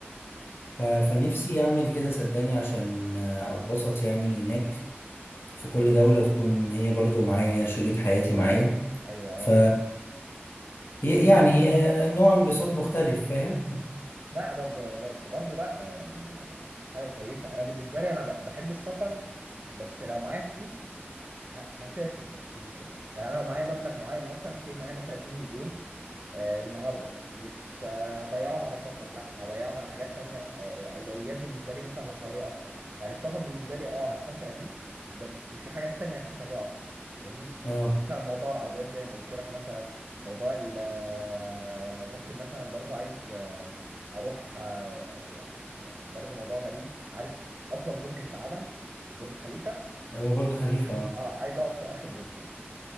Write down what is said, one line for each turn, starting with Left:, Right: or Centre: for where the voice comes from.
Left: ف... فنفسي أعمل كده صدقني عشان آه، أتبسط يعني هناك في كل دولة وتكون هي برضو معايا شريك حياتي معايا
Right: ايوه اه
Left: ف ي- يعني آه، نوع انبساط مختلف فاهم
Right: لا برضه بس برضه لا يعني آه، حاجه كويسه انا بالنسبه لي انا ب- بحب السفر بس لو معايا فلوس ه- هسافر بس مش يعني يعني انا لو معايا مبلغ معين مثلا سي معايا مثلا 2 مليون آه النهارده مش آه هضيعهم على سفر لا هضيعهم على حاجات تانية آه اولويات بالنسبه لي مثلا رفاهيه اكتر يعني السفر بالنسبه لي اه هستمتع بيه بس في حاجات تانية هستمتع بيها اكتر فاهمني
Left: اه
Right: مثلا موضوع العربيات زي ما قلت لك مثلا موضوع ال- آه، ممكن مثلا برضو عايز آه، اروح آه، يعني يعني برضو موضوع غريب عارف اطول برج في العالم برج خليفة
Left: هو برج خليفة اه
Right: اه عايز اقعد في اخر دور فوق